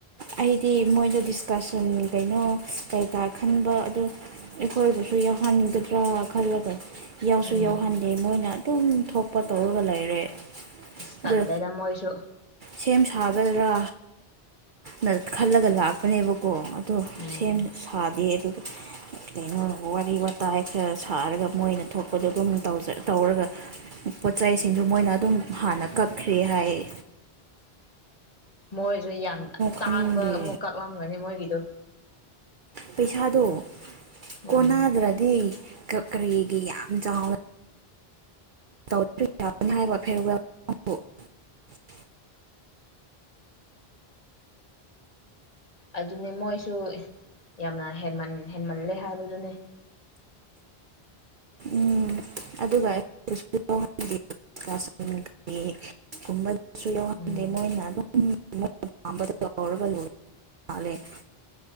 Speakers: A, on the right; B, on the left.
A: ꯑꯩꯗꯤ ꯃꯣꯏꯗ ꯗꯤꯁꯀꯁꯟ ꯀꯩꯅꯣ ꯀꯩꯀꯥ ꯈꯟꯕ ꯑꯗꯨ ꯑꯩꯈꯣꯏꯕꯨꯁꯨ ꯌꯥꯎꯍꯥꯟꯒꯗ꯭ꯔꯥ ꯈꯜꯂꯒ ꯌꯥꯎꯁꯨ
B: ꯎꯝ
A: ꯌꯥꯎꯍꯟꯗꯦ ꯃꯣꯏꯅ ꯗꯨꯝ ꯊꯣꯛꯄ ꯇꯧꯔꯒ ꯂꯩꯔꯦ
B: ꯑꯁ ꯇꯂꯦꯗꯥ
A: ꯑꯗꯨ
B: ꯃꯣꯏꯁꯨ
A: ꯁꯦꯝ ꯁꯥꯒꯗ꯭ꯔꯥ ꯅ ꯈꯜꯂꯒ ꯂꯥꯛꯄꯅꯦꯕꯀꯣ ꯑꯗꯣ
B: ꯎꯝ ꯎꯝ
A: ꯁꯦꯝ ꯁꯥꯗꯦ ꯑꯗꯨ ꯀꯩꯅꯣ ꯋꯥꯔꯤ ꯋꯥꯇꯥꯏ ꯈꯔ ꯁꯥꯔꯒ ꯃꯣꯏꯅ ꯊꯣꯛꯄꯗꯣ ꯑꯗꯨꯝ ꯇꯧꯆ ꯇꯧꯔꯒ ꯄꯣꯠꯆꯩꯁꯤꯡꯗꯨ ꯃꯣꯏꯅ ꯑꯗꯨꯝ ꯍꯥꯟꯅ ꯀꯛꯈ꯭ꯔꯦ ꯍꯥꯏꯌꯦ
B: ꯎꯝ ꯃꯣꯏꯁꯨ ꯌꯥꯝ ꯇꯥꯡꯕ
A: ꯈꯪꯗꯦ
B: ꯑꯃꯨꯛ ꯀꯛꯂꯝꯒꯅꯤ ꯃꯣꯏꯒꯤꯗꯣ
A: ꯄꯩꯁꯥꯗꯣ
B: ꯎꯝ
A: ꯀꯣꯟꯅꯥꯗ꯭ꯔꯗꯤ ꯀꯞ ꯀꯔꯤꯒꯤ ꯌꯥꯝ ꯆꯥꯎꯅ <unintelligible>
B: ꯑꯗꯨꯅꯤ ꯃꯣꯏꯁꯨ ꯌꯥꯝꯅ ꯍꯦꯟꯃꯝ ꯍꯦꯟꯃꯜꯂꯦ ꯍꯥꯏꯕꯗꯨꯅꯦ
A: ꯎꯝ ꯑꯗꯨꯒ <unintelligible>
B: ꯎꯝ